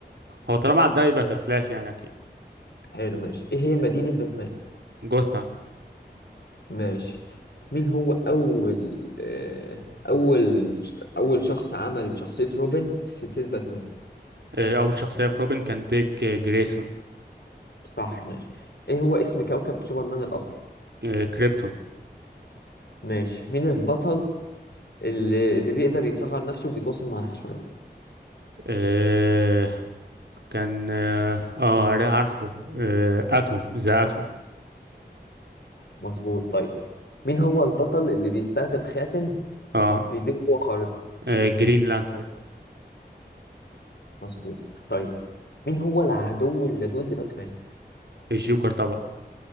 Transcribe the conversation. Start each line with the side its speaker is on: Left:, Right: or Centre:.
Right: هو طالما عدى يبقى ذا فلاش يعني اكيد
Left: حلو ماشي ايه هي مدينة باتمان؟
Right: جوثام
Left: ماشي مين هو أول آه، أول أول شخص عمل شخصية روبن في سلسلة باتمان؟
Right: آه، اول شخصيه في روبن كان ديك آه، جريسون
Left: صح ماشي ايه هو اسم كوكب سوبرمان الأصلي؟
Right: آه، كريبتون
Left: ماشي مين البطل اللي, اللي بيقدر يصغر نفسه وبيتواصل مع الحشرات
Right: آه، كان اه آه، عارفه آه، اتوم ذا اتوم
Left: مظبوط طيب مين هو البطل اللي بيستخدم خاتم
Right: اه
Left: بيديه قوة خارقة
Right: آه، جرين لانترن
Left: مظبوط طيب مين هو العدو اللدود لباتمان
Right: الجوكر طبعا